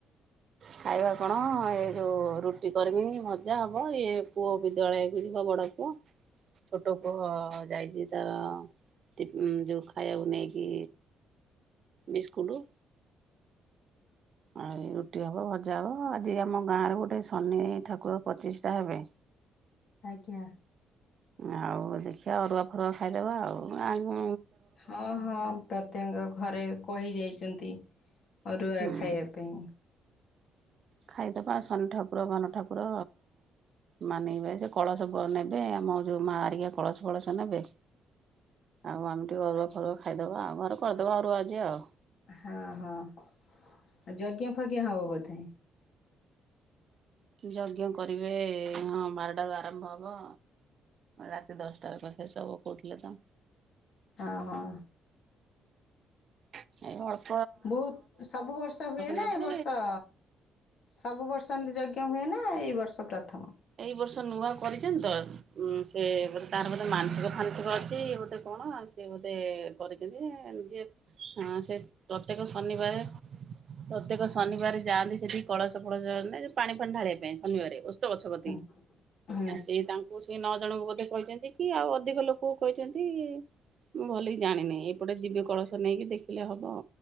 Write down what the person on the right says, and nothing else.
ଖାଇବା କଣ ଏ ଯୋଉ ରୁଟି କରିବି ଭଜା ହେବ ଇଏ ପୁଅ ବିଦ୍ୟାଳୟକୁ ଯିବ ବଡ଼ ହୁ ଛୋଟ ପୁଅ ଯାଇଛି ତ ତି ଯୋଉ ଖାଇବାକୁ ନେଇକି ବିସ୍କୁଟ। ଆଉ ରୁଟି ହବ ଭଜା ହବ ଆଜି ଆମ ଗାଁ ରେ ଗୋଟେ ଶନି ଠାକୁର ପଚିଷ୍ଟା ହେବେ।
ଆଉ ଦେଖିବା ଅରୁଆ ଫରୁଆ ଖାଇଦେବା ଆଉ ଆନ
ହୁଁ।
ଖାଇଦବା ଆଉ ଶନି ଠାକୁର ବନ ଠାକୁର ମାନେଇବେ ସେ କଳସ ନେବେ ଆମ ଯୋଉ ମା ହରିକା କଳସ କଳସ ନେବେ ଆଉ ଆମେ ଟିକେ ଅରୁଆ ଫରୁଆ ଖାଇଦେବା ଆଉ ଘରେ କରିଦେବା ଅରୁଆ ଆଜି ଆଉ।
ଯଜ୍ଞ କରିବେ ହଁ ବାରଟାରୁ ଆରମ୍ଭ ହବ। ରାତି ଦଶଟାରେ କଥା ସବୁ କହୁଥିଲେ ତ।
ଏଇ ହ
ନେବେ
ଏଇ ବର୍ଷ ନୂଆ କରିଛନ୍ତି ତ ଉମ ସେ ବୋଧେ କାର ବୋଧେ ମାନସିକ ଫାନସିକ ଅଛି ସିଏ ଗୋଟେ କଣ ସିଏ ଗୋଟେ କରିଛନ୍ତି <unintelligible> ହଁ ସେ ପ୍ରତ୍ୟେକ ଶନିବାରେ ପ୍ରତ୍ୟେକ ଶନିବାର ଯାଆନ୍ତି ସେଠି କଳସ ଫଳସ ଏମିତି ପାଣି ଫାଣି ଢାଳିବା ପାଇଁ ଶନିବାରେ ଉସ୍ତ ଗଛପ
ଆ ସେ ତାଙ୍କୁ ସେ ନଅ ଜଣଙ୍କୁ ବୋଧେ କହିଛନ୍ତି କି ଆଉ ଅଧିକ ଲୋକ କୁ କହିଛନ୍ତି। ମୁଁ ଭଲିକି ଜାଣିନି ଏପଟେ ଯିବେ କଳସ ନେଇକି ଦେଖିଲେ ହବ।